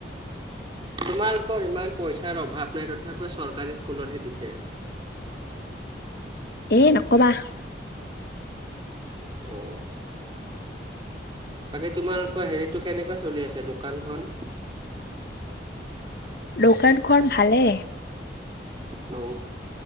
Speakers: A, on the right; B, on the left.
A: তোমালোকৰ ইমান পইচাৰ অভাৱ নাই তথাপি তথাপিও চৰকাৰী স্কুলতহে দিছে
B: এ নকবা
A: অঁ বাকী তোমালোকৰ হেৰিটো কেনেকুৱা চলি আছে দোকানখন
B: দোকান খন ভালে
A: অ